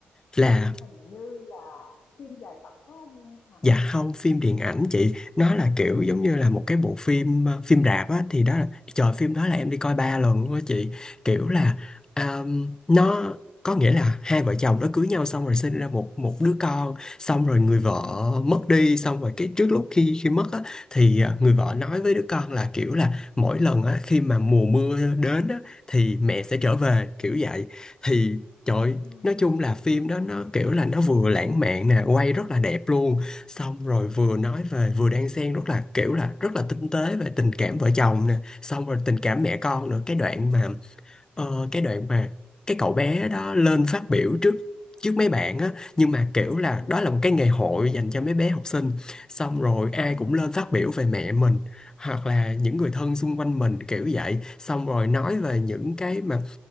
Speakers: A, on the left; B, on the left.
A: là
B: hình như là phim dài tập phải không Thành
A: Dạ không, phim điện ảnh chị Nó là kiểu giống như là một cái bộ phim ờ, phim rạp á Thì đó là, trời phim đó là em đi coi ba lần luôn á chị Kiểu là um, nó có nghĩa là hai vợ chồng nó cưới nhau xong rồi sinh ra một một đứa con Xong rồi người vợ
B: ừ
A: mất đi Xong rồi cái trước lúc khi khi mất á Thì ờ, người vợ nói với đứa con là kiểu là Mỗi lần á khi mà mùa mưa đến á Thì mẹ sẽ trở về kiểu vậy Thì Trời,
B: ừ
A: nói chung là phim đó nó kiểu là nó vừa lãng mạn nè, quay rất là đẹp luôn xong rồi vừa nói về vừa đan xen rất là kiểu là rất là tinh tế về tình cảm vợ chồng nè xong rồi tình cảm mẹ con nữa cái đoạn mà ờ, cái đoạn mà cái cậu bé đó lên phát biểu trước trước mấy bạn á nhưng mà kiểu là
B: ừ
A: đó là một cái ngày hội dành cho mấy bé học sinh xong rồi ai
B: ừ
A: cũng lên phát biểu về mẹ mình hoặc là những người thân xung quanh mình kiểu vậy xong rồi nói về những cái mà